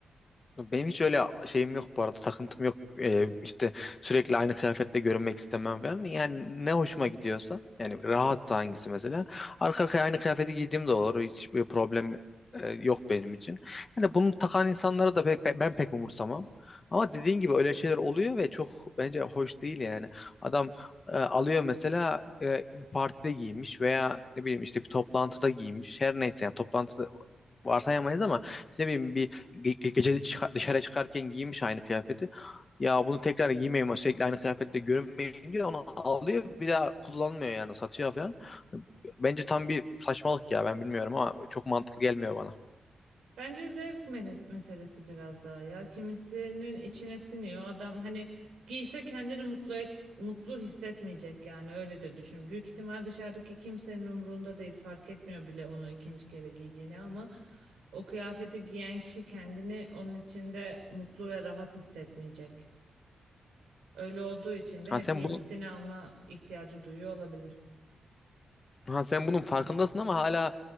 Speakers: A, on the left (about 40°); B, on the right (about 80°).
A: Benim hiç öyle şeyim yok bu arada takıntım yok Ee, işte sürekli aynı kıyafetle görünmek istemem falan yani ne hoşuma gidiyorsa yani rahatsa hangisi mesela arka arkaya aynı kıyafeti giydiğim de olur hiç bir problem e, yok benim için. Hani bunu takan insanları da pek, ben pek umursamam ama dediğin gibi öyle şeyler oluyor ve çok bence hoş değil yani adam e, alıyor mesela e, bir partide giymiş veya ne bileyim işte bir toplantıda giymiş her neyse yani toplantıda varsayamayız ama işte ne bileyim bir ge- ge- gece çıka- dışarı çıkarken giymiş aynı kıyafeti. Ya bunu tekrar giymeyeyim sürekli aynı kıyafette görünmeyeyim diye onu alıyor bir daha kullanmıyor yani satıyor falan. Bence tam bir saçmalık ya ben bilmiyorum ama çok mantıklı gelmiyor bana.
B: Bence zevk mele- meselesi biraz daha ya. Kimisinin içine siniyor. Adam hani giyse kendini mutlu et, mutlu hissetmeyecek yani öyle de düşün. Büyük ihtimal dışarıdaki kimsenin umurunda değil. Fark etmiyor bile onu ikinci kere giydiğini ama o kıyafeti giyen kişi kendini onun içinde mutlu ve rahat hissetmeyecek. Öyle olduğu için de
A: Ha
B: hep
A: sen
B: yenisini
A: bunu
B: alma ihtiyacı duyuyor olabilir.
A: Ha sen bunun farkındasın ama hala